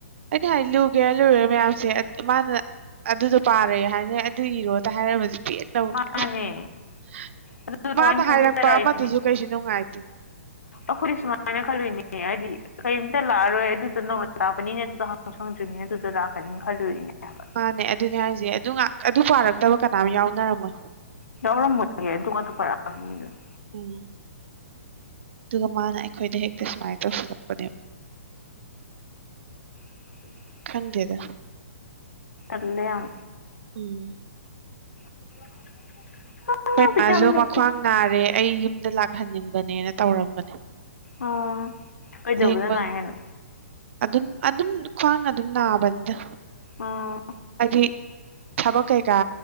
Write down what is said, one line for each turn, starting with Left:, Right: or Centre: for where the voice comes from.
Right: ꯑꯩꯗꯤ ꯍꯥꯏꯗꯤ ꯂꯨꯒꯦꯔ ꯂꯨꯔꯣꯏꯔ ꯃꯌꯥꯝꯁꯦ ꯃꯥꯅ ꯑꯗꯨꯗꯣ ꯄꯥꯔꯦ ꯍꯥꯏꯅ ꯑꯗꯨ ꯏꯔꯣ ꯇ ꯍꯥꯏꯔꯝꯃꯖꯨ ꯄꯦꯟꯅꯤ
Left: ꯃꯥꯅꯦ
Right: <unintelligible>
Left: ꯑꯗꯨꯗꯣ
Right: ꯃꯥꯅ
Left: ꯊꯑꯣꯏꯅ
Right: ꯍꯥꯏꯔꯛꯄ
Left: ꯐꯖꯔꯛꯏꯅꯦ
Right: ꯑꯃꯗꯨꯁꯨ ꯀꯩꯁꯨ ꯅꯨꯡꯉꯥꯏꯇꯦ
Left: ꯑꯩꯈꯣꯏꯗꯤ ꯁꯨꯃꯥꯏꯅ ꯈꯜꯂꯨꯏꯅꯦ ꯍꯥꯏꯗꯤ ꯀꯩꯝꯇ ꯂꯥꯛꯑꯔꯣꯏ ꯑꯗꯨꯗꯣ ꯅꯧꯅ ꯇꯥꯛꯛꯄꯅꯤꯅ ꯑꯗꯨꯗꯣ ꯍꯪꯁꯨ ꯍꯪꯗ꯭ꯔꯤꯅꯤꯅ ꯑꯗꯨꯗꯣ ꯂꯥꯛꯀꯅꯤꯅ ꯈꯜꯂꯨꯔꯤꯅꯦ ꯍꯥꯏꯕ
Right: ꯃꯥꯅꯦ ꯑꯗꯨꯅꯦ ꯍꯥꯏꯁꯦ ꯑꯗꯨ ꯉꯥꯛ ꯑꯗꯨ ꯄꯥꯔꯛꯇꯕ ꯀꯅꯥꯝ ꯌꯥꯎꯅꯔꯝꯃꯣꯏ
Left: ꯌꯥꯎꯔꯝꯃꯣꯏꯌꯦ ꯑꯗꯨꯉꯥꯛꯇ ꯄꯥꯔꯛꯑꯝꯅꯤ ꯃꯤ ꯂꯣꯏꯅ
Right: ꯎꯝ ꯑꯗꯨꯒ ꯃꯥꯅ ꯑꯩꯈꯣꯏꯗ ꯍꯦꯛꯇꯤ ꯁꯨꯃꯥꯏꯅ ꯇꯧꯁꯤꯜꯂꯛꯄꯅꯦꯕ <inaudible>
Left: <inaudible>
Right: ꯈꯪꯗꯦꯗ
Left: ꯇꯜꯂꯦ ꯌꯥꯝ
Right: ꯎꯝ
Left: <inaudible>
Right: ꯈꯣꯏ ꯃꯥꯖꯨ
Left: ꯌꯥꯝ ꯂꯩꯇꯦ
Right: ꯃꯈ꯭ꯋꯥꯡ ꯅꯥꯔꯦ ꯑꯩ ꯌꯨꯝꯗ ꯂꯥꯛꯍꯟꯅꯤꯡꯕꯅꯦꯅ ꯇꯧꯔꯝꯕꯅꯦ
Left: ꯑꯣ ꯀꯩꯗꯧꯕꯗꯅꯨꯡꯥꯏ
Right: ꯂꯦꯡꯕ
Left: ꯍꯥꯏꯦꯅ
Right: ꯑꯗꯨꯝ ꯑꯗꯨꯝ ꯈ꯭ꯋꯥꯡ ꯑꯗꯨꯝ ꯅꯥꯕꯅꯤꯗ
Left: ꯑꯥ
Right: ꯍꯥꯏꯗꯤ ꯊꯕꯛ ꯀꯩꯀꯥ